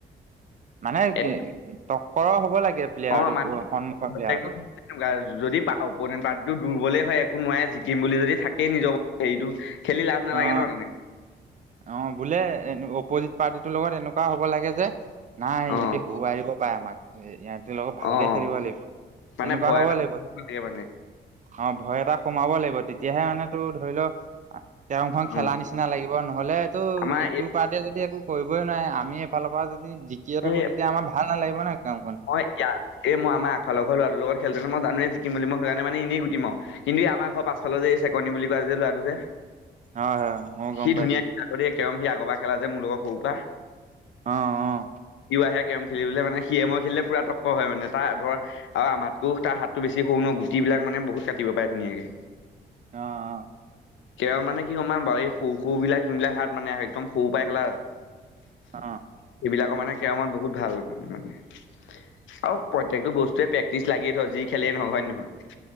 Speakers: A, on the right; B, on the left.
A: মানে তক্কৰৰ
B: এ
A: হব লাগে প্লেয়াৰটো
B: অ' মানে
A: সন্মুখৰ
B: প্ৰত্যেকটো
A: প্লেয়াৰটো
B: তেনেকুৱা, যদি পা-উপনেন্ত পাৰ্টিটো দুৰ্বলেই হয় একো নোৱাৰে জিকিম বুলি যদি থাকেই নিজৰ হেৰিটো খেলি লাভ নালাগে
A: অ',
B: ন তেনেকে
A: অ', বোলে অপজি পাৰ্টিটোৰ লগত এনেকুৱা হ'ব লাগে যে, নাই ইহঁতি
B: অ'
A: হৰুৱাই দিব পাৰে আমাক ইয়া লগক ভালকে
B: অ'
A: খেলিব লাগিব তেনেকুৱা
B: মানে ভয়
A: হ'ব
B: এটা
A: লাগিব
B: থাকে মানে
A: অ, ভয় এটা সোমাব লাগিব তেতিয়াহে মানে তোৰ ধৰি ল' কেৰম খন খেলা
B: উম
A: নিচিনা লাগিব নহলে, টো,
B: আমাৰ
A: ইটো পাৰ্টিয়ে যদি একো কৰিবই নোৱাৰে, আমি এইফালৰ পৰা যদি জিকিয়ে থাকো
B: এই
A: তেতিয়া আমাৰ ভাল নালাগিব ন কেৰম
B: মই, ইয়া, এই, মই, আমাৰ আগফালৰ লৰাটোৰ লগত খেললেতেনো মই জানোৱেই জিকিম বুলি মই সেইকাৰণে মানে এনেই গুটি মাও কিন্তু এই আমাৰ ঘৰ পাছফালৰ যে এই চেকনি বুলি কোৱা যে ল'ৰাটো যে
A: হয়, হয়, মই গম
B: সি
A: পাইছো।
B: ধুনীয়া খেলে আকৌ দেই কেৰম সি আগৰপৰা খেলা যে মোৰ লগত সৰুৰ পৰা
A: অ', অ'।
B: সিও আহে কেৰম খেলিবলৈ মানে সিয়ে মই খেলিলে পুৰা তক্কৰ হয় মানে, তাৰ ধৰ আৰু আমাতকেও তাৰ হাতটো বেছি সৰু ন' গুটিবিলাক মানে বহুত কাটিব পাৰে ধুনীয়াকে
A: অ', অ',
B: কেৰম মানে কি গম পাৱ নাপাৱ, এই সৰু সৰু বিলাক যোনবিলাক হাত মানে একদম সৰু পাই খেলা সেইবিলাকৰ
A: অ
B: মানে কেৰমত বহুত ভাল মানে আৰু প্ৰত্যেকটো বস্তুৱয়েই প্ৰেক্টিচ লাগীয়ে ধৰ যি খেলেই নহওক হয় নে নহয়?